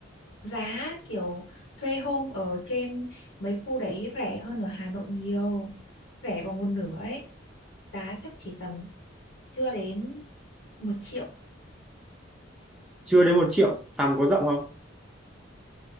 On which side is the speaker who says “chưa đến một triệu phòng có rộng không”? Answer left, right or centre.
Centre